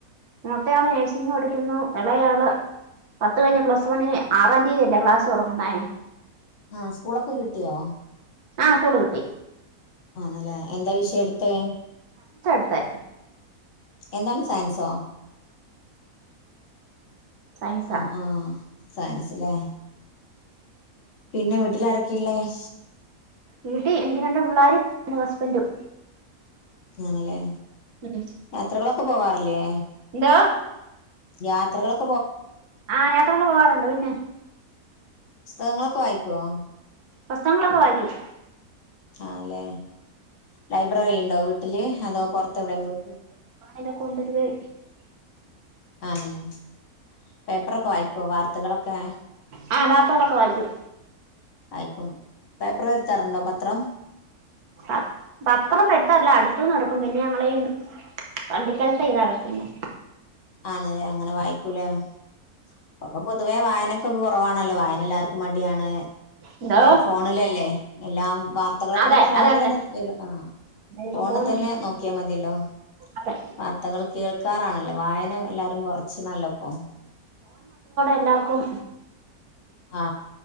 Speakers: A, on the right (about 90°); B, on the left (about 60°).
A: മൂത്ത ആള് നഴ്സിംഗ് പഠിക്കുന്നു ഇളയാള് പത്ത് കഴിഞ്ഞ പ്ലസ് വണ്ണിന് ആ ഒന്നാം തീയതിയല്ലേ ക്ലാസ് തുടങ്ങുന്നേ
B: ആ സ്കൂളൊക്കെ കിട്ടിയോ
A: ആ സ്കൂള് കിട്ടി
B: ആണല്ലേ എന്താ വിഷയം എടുത്തെ
A: സയൻസ്
B: എന്താണ് സയൻസോ
A: സയൻസാ
B: ആ ആ സയൻസ് ഇല്ലെ പിന്നെ വീട്ടില് ആരൊക്കെയാ ഉള്ളെത്
A: വീട്ടിൽ എനിക്ക് രണ്ട് പിള്ളേരും എന്റെ ഹസ്ബൻഡും
B: ആണല്ലേ
A: ഉം
B: യാത്രകളൊക്കെ പോവാറില്ലേ
A: എന്തോ
B: യാത്രകളൊക്ക
A: ആ യാത്രകൾ പോകാറുണ്ട് പിന്നെ
B: പുസ്തകങ്ങളൊക്കെ വായിക്കുവോ
A: പുസ്തകങ്ങളൊക്കെ വായിക്കും
B: ആ ല്ലെ ലൈബ്രറി ഉണ്ടോ വീട്ടില് അതോ പൊറത്തെ എവിടെയും പോയിട്ട്
A: എന്താ കൊണ്ടൊരുവേ <unintelligible>
B: ആണല്ലേ പേപ്പറൊക്കെ വായിക്കുവോ വാർത്തകളൊക്കെ
A: ആ വാർത്തകളൊക്കെ വായിക്കും
B: ക്കെ വായിക്കും പേപ്പർ വരുത്താറുണ്ടോ പ പത്രം
A: പ പത്രം എടുത്തല്ല അടുത്തുന്ന് എടുക്കും പിന്നെ ഞങ്ങളീ വണ്ടി <unintelligible> ഈ ഞായറാഴ്ച എന്നെ
B: ആണല്ലേ അങ്ങനെ വായിക്കൂലേ ഇപ്പോ ഒക്കെ പൊതുവേ വായന ക്കെ കുറവാണല്ലോ വായന എല്ലാർക്കും മടിയാണ്
A: എന്തോ
B: ഫോണിലല്ലേ എല്ലാം വാർത്തകളൊക്കെ
A: അതെ
B: ഇപ്പൊ ഫോണിൽ
A: അതെ അതെ
B: തന്നെ വരും ആ
A: ഇപ്പൊ
B: ഫോണിൽ
A: ഫോൺ
B: തന്നെ
A: വഴി
B: നോക്കിയാൽ മതിയല്ലോ
A: അതെ
B: വാർത്തകൾ കേൾ ക്കാറാണല്ലോ വായന എല്ലാരും കുറച്ച് ണല്ലോപ്പൊ
A: എല്ലാവർക്കും
B: ആ